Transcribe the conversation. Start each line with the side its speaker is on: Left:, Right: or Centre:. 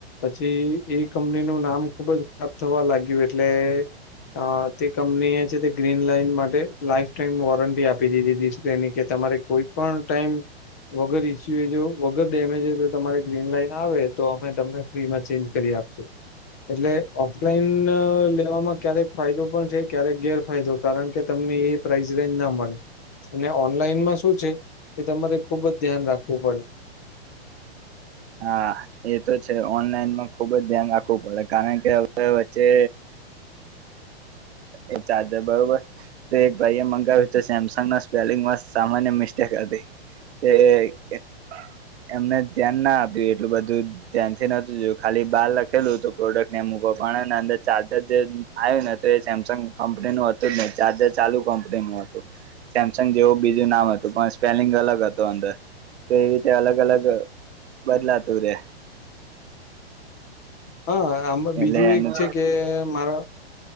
Left: પછી એ કંપની નું નામ ખુબ જ ખરાબ થવા લાગ્યું એટલે અ તે કંપની એ છે તે ગ્રીન લાઈન માટે લાઈફ ટાઈમ વોરંટી આપી દીધીિસ્પ્લેની કે તમારે કોઈ પણ ટાઈમ વગર ઈસ્યુ એ જો વગર ડેમેજ હો તો તમારે ગ્રીન લાઈન આવે તો અમે તમને ફ્રીમાં ચેન્જ કરી આપશો એટલે ઓફલાઈન લેવામાં ક્યારેક ફાયદો પણ છે ક્યારેક ગેરફાયદો કારણ કે તમને એ પ્રાઇઝ રેન્જ ના મળે અને ઓનલાઈનમાં શું છે કે તમારે ખુબ જ ધ્યાન રાખવું પડે
Right: હા એ તો છે ઓનલાઈનમાં ખુબ જ ધ્યાન રાખવું પડે કારણ કે હ વચ્ચે એ ચાર્જર બરોબર તો એક ભાઈ એ મંગાવ્યું તો સેમસંગ ના સ્પેલિંગમાં સામાન્ય મિસ્ટેક હતી તે એમને ધ્યાન ના આપ્યું એટલું બધું ત્યાંથી નતું જોયું ખાલી બહાર લખેલું તો પ્રોડક્ટને એમભકો પાડે ને અંદર ચાર્જર જે આવ્યું ને તો સેમસંગ કંપની નું હતું જ ને ચાર્જર ચાલુ કંપની નું હતું સેમસંગ જેવું બીજું નામ હતું પણ સ્પેલિંગ અલગ હતું અંદર તો એવી રીતે અલગ અલગ બદલાતું રે
Left: હા આ બીજું
Right: એટલે એનું
Left: એક છે કે મારા